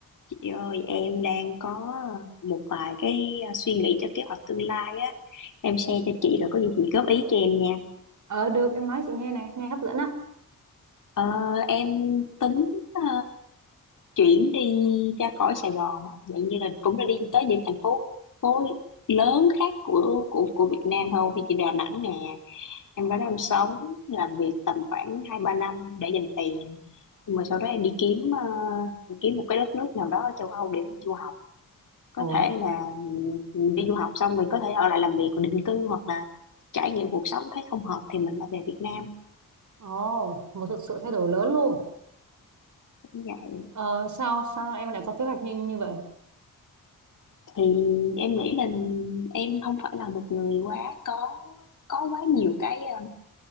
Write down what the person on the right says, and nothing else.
Ờ được em nói chị nghe này nghe hấp dẫn á
Ồ
Ồ một sự, sự thay đổi lớn luôn
Ờ sao sao em lại có kế hoạch như như vậy